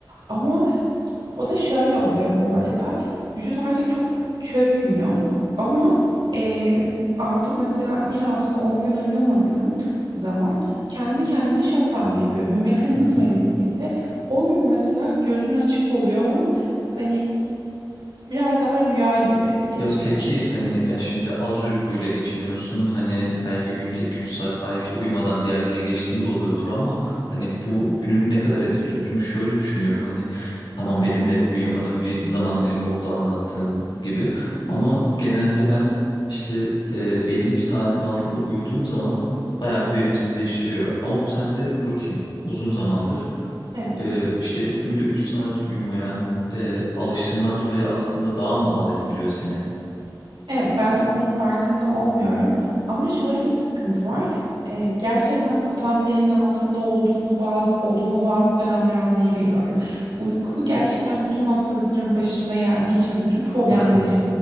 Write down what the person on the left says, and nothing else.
Hı hı.
Ya peki hani ya şimdi az uykuyla geçiniyorsun hani belki günde 2-3 saat belki uyumadan diğer güne geçtiğin de oluyordur ama hani bu gününü ne kadar etkiliyor? Çünkü şöyle düşünüyorum hani tamam benim de uyuyamadığım bir zaman dilimi oldu anlattığım gibi ama genelde ben işte e, belli bir saatin altında uyuduğum zaman bayağı bir verimsizleştiriyor ama bu sende rutin uzun zamandır.
e, işte günde 3 saat uyumaya e, alıştığından dolayı aslında daha mı az etkiliyor seni?
Ha,